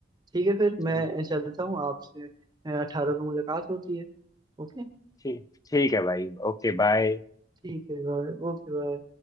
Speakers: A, on the right; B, on the left.
A: ठीक है फिर
B: चलो
A: मैं चलता हूँ आपसे अठारह को मुलाकात होती है ओके
B: ठीक ठीक है भाई ओके बाय
A: ठीक है भाई ओके भाई